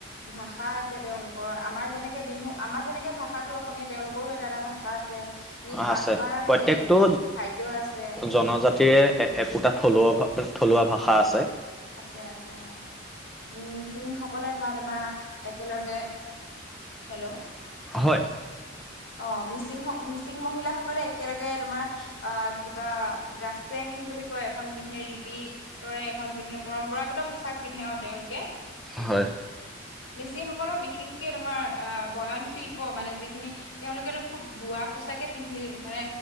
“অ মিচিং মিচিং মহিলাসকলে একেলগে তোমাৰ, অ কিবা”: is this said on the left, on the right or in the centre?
Left